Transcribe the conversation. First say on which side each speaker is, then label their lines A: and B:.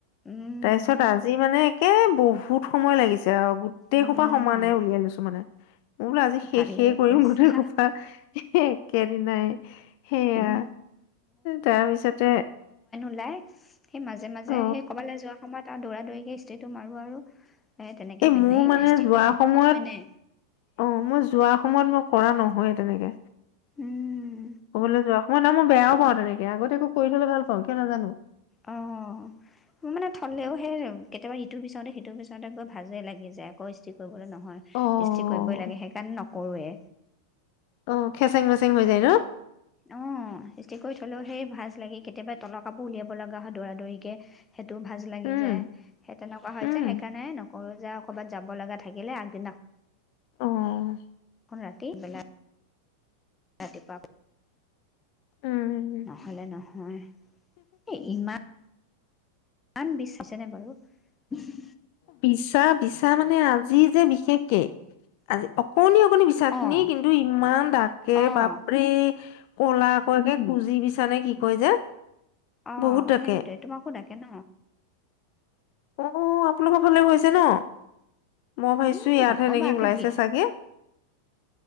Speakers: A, on the left; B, on the left.
A: উম
B: তাৰপিছত আজি মানে কে বহুত সময় লাগিছে গোটেই
A: উম
B: সোপা সমানে উলিয়াই লৈছো মানে মই বোলো আজি শেষে
A: ভালেই
B: কৰিম
A: কৈছা
B: গোটেই সোপা একেদিনাই ন সেয়া
A: উম
B: তাৰপিছতে
A: নোলায় সেই মাজে মাজে
B: অ'
A: সেই কবালে যোৱা সময়ত আৰু দৌৰা দৌৰিকে ইস্ত্ৰিতো মাৰোঁ আৰু এ তেনেকে
B: এই
A: পিন্ধো
B: মোৰ মানে
A: ইস্ত্ৰি
B: যোৱা
A: কৰি থব
B: সময়ত
A: সময় নাই
B: অ মই যোৱা সময়ত মোক কৰা নহয় তেনেকে
A: উম
B: কবালে যোৱা ম ন মই বেয়াও পাওঁ তেনেকে আগতিয়াকৈ কৰি থ'লে ভাল পাওঁ কিয় নাজানো।
A: অ ম মানে থলেও সেই কেতিয়াবা ইটো পিছতে সিটো পিছতে কৰি ভাজে লাগি যায় আকৌ ইস্তি ক নহয়
B: অ'
A: ইস্তি কৰিবই লাগে সেইকাৰণে ন কৰোৱে
B: অ খেচেং মেচেং হৈ যায় ন
A: অ ইষ্টি কৰি থলেও সেই ভাজ লাগি কেতিয়াবা তলৰ কাপোৰ উলিয়াব লগা হয় দৌৰা দৌৰিকে সেইটোও ভাজ লাগি
B: উম
A: যায় সেই তেনেকুৱা হৈ
B: উম।
A: যে সেইকাৰণে নকৰোঁ যে ক'ৰবাত যাব লগা থাকিলে আগদিনা
B: অ',
A: ৰাতি বেলাই ৰাতিপা
B: উম,
A: নহলে নহয় এ ইমান আন বিচাইছে নে বাৰু <unintelligible>
B: বিচা বিচা মানে আজি যে বিশেষকে আজি অকণনি অকণনি বিচাখিনি
A: অ',
B: কিন্তু ইমান ডাকে
A: অ',
B: বাপৰেই কলাকৈ যে কুজি বিছানে কি কয় যে
A: অ
B: বহুত ডাকে
A: সেইটোৱে তোমাকো ডাক কেন
B: অ আপোনালোকৰ ফালে হৈছে ন মই ভাবিছো
A: উম,
B: ইয়াতহে
A: নক'বা
B: নেকি
A: একে
B: ওলাইছে
A: ভিত
B: চাগে